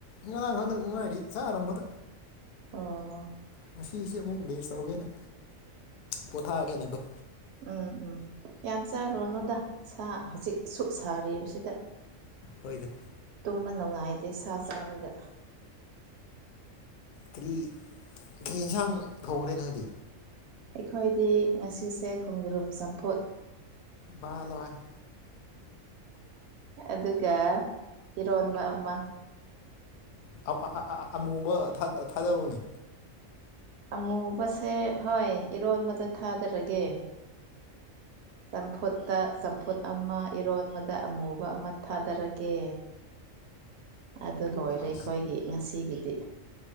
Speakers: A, on the left (about 75°); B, on the right (about 65°).
A: ꯉꯔꯥꯡ ꯈꯪꯗ ꯉꯥꯏꯔꯤ ꯆꯥꯔꯝꯕꯗ
B: ꯑꯣ
A: ꯉꯁꯤꯁꯦ ꯑꯃꯨꯛ ꯕꯦꯁ ꯇꯧꯒꯦꯅ ꯄꯣꯊꯥꯒꯦꯅꯀꫭ
B: ꯎꯝ ꯎꯝ ꯌꯥꯝ ꯆꯥꯔꯨꯔꯅꯨꯗ ꯁꯥ ꯍꯧꯖꯤꯛ ꯑꯁꯨꯨꯛ ꯁꯥꯔꯤꯕꯁꯤꯗ
A: ꯍꯣꯏꯗ
B: ꯇꯨꯝꯕ ꯅꯨꯡꯉꯥꯏꯗꯦ ꯁꯥ ꯆꯥꯔꯒ
A: ꯀꯔꯤ ꯀꯔꯤ ꯌꯦꯟꯁꯥꯡ ꯊꯣꯡꯈ꯭ꯔꯦ ꯅꯣꯏꯗꯤ
B: ꯑꯩꯈꯣꯏꯗꯤ ꯉꯁꯤꯁꯦ ꯈꯣꯡꯗ꯭ꯔꯨꯝ ꯆꯝꯐꯨꯠ
A: ꯚꯜꯂꫭ ꯍꯦ
B: ꯑꯗꯨꯒ ꯏꯔꯣꯟꯕ ꯑꯃ
A: ꯑ ꯑ ꯑꯃꯨꯕ ꯊꯥꯗꯧꯅꯦ
B: ꯑꯃꯨꯕꯁꯦ ꯍꯣꯏ ꯏꯔꯣꯟꯕꯗ ꯊꯥꯗꯔꯒꯦ ꯆꯝꯐꯨꯠꯇ ꯆꯝꯐꯨꯠ ꯑꯃ ꯏꯔꯣꯟꯕꯗ ꯑꯃꯨꯕ ꯑꯃ ꯊꯥꯗꯔꯒꯦ ꯑꯗꯨ ꯂꯣꯏꯔꯦ
A: ꯑꯁ
B: ꯑꯩꯈꯣꯏꯒꯤ ꯉꯁꯤꯒꯤꯗꯤ